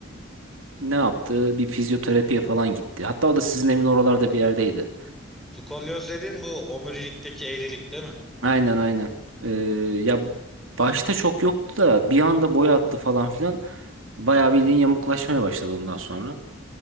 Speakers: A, on the right; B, in the centre.
A: ne yaptı? Bir fizyoterapiye falan gitti. Hatta o da sizin evin oralarda bir yerdeydi.
B: Skolyoz dedin bu omurilikteki eğrilik değil mi?
A: Aynen aynen. Ee, ya başta çok yoktu da bir anda boya attı falan filan. Bayağı bildiğin yamuklaşmaya başladı ondan sonra.